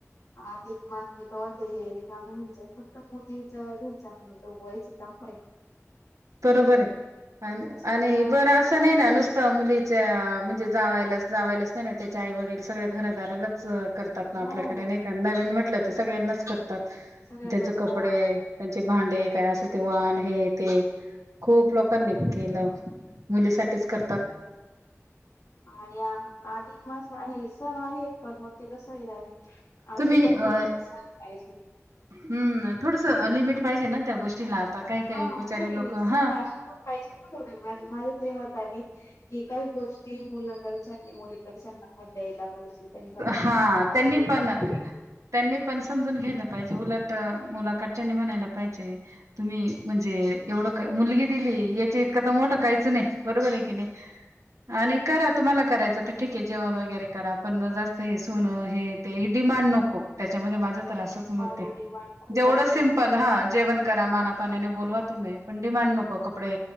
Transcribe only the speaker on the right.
बरोबर आहे आणि आणि
बरं असं नाही ना नुसत मुलीचं जे जावायलाच जावायच नाही ना त्याच्या आई वडील सगळ्या घरदारालाच अं करतात ना आपल्याकडे
नाही का नवीन म्हट तर सगळ्यांनाच कर.
त्यांचे कपडे,
त्यांचे भांडे. काय असेल ते वान हे ते खूप लोकांनी केलं, मुलीसाठीच करतात.
तुम्ही
अ,
हम्म. थोडस लिमिट पाहिजे ना त्या गोष्टीला आता काही
काही बिचारे
लोक
हा
हा
त्यांनी
पण
त्यांनी पण समजून घेणं पाहिजे उलट मुला कडच्यांने म्हणायला पाहिजे तुम्ही म्हणजे एवढं क मुलगी दिली याच्या इतकं तर मोठं काहीच नाही. बरोबर आहे की नाही आणि करा तुम्हाला करायचं तर ठीक आहे. जेवण वगैरे करा पण जास तं आहे सोना हे ते डिमांड नको त्याच्या मध्ये माझं तर असच
मरते,
जेवढं
सिंपल हा जेवण करा माना पाहूणेने बोलवा तुम्ही पण डिमांड नको कपडे,